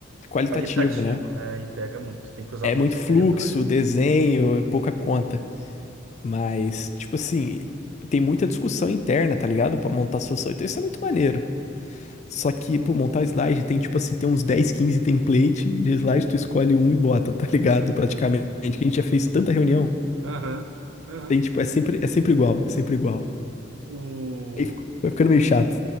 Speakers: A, on the left; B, on the right.
A: qualitativo,
B: Qualitativo,
A: né?
B: é, e pega muito. Tem que usar
A: É
B: muito
A: muito
B: o cérebro,
A: fluxo,
B: eu acho.
A: desenho e pouca conta. Mas, tipo assim, tem muita discussão interna, tá ligado? Pra montar solução. Então isso é muito maneiro. Só que, pô, montar slide tem, tipo assim, tem uns dez 15 template de slide, tu escolhe um e bota, tá ligado? Praticamente. Que a gente já fez tanta reunião.
B: Aham, aham.
A: Tem, tipo, é sempre, é sempre igual, é sempre igual.
B: O...
A: Aí fico- vai ficando meio chato.